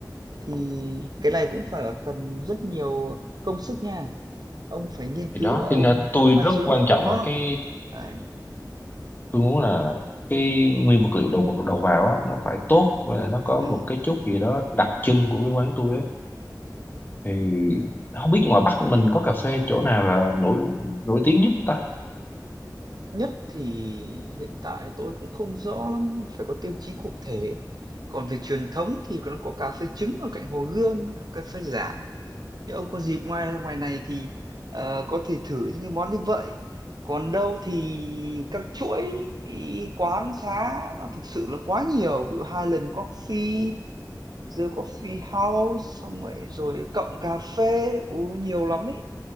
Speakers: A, on the right (about 65°); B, on the left (about 25°).
A: thì cái này cũng phải là cần rất nhiều công sức nha ông phải nghiên
B: thì
A: cứu
B: đó
A: và
B: thì
A: ông
B: nên tôi rất
A: pha chế
B: quan
A: được
B: trọng
A: món ngon
B: là cái
A: đấy
B: tôi muốn là cái nguyên vật liệu đầu đầu vào á nó phải tốt và là nó có
A: ừ.
B: một cái chút gì đó đặc trưng của cái quán tôi ấy thì không biết ngoài Bắc mình có cà phê chỗ nào là nổi nổi tiếng nhất không ta
A: nhất thì hiện tại tôi cũng không rõ lắm phải có tiêu chí cụ thể còn về truyền thống thì nó có cà phê trứng ở cạnh Hồ Gươm cà phê giả Nếu ông có dịp ngoài ngoài này thì ờ, có thể thử những cái món như vậy. Còn đâu thì các chuỗi ý, quán xá nó thực sự là quá nhiều. Ví dụ Highland Coffee, The Coffee House, xong rồi rồi Cộng Cà Phê, Ú, nhiều lắm ý